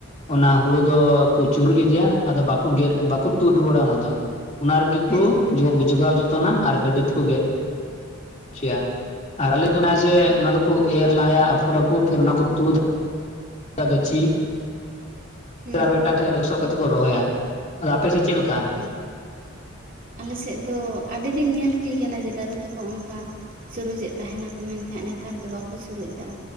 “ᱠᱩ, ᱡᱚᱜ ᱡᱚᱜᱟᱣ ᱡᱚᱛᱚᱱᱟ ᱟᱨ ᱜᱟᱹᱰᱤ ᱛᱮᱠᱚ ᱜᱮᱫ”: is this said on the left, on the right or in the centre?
Left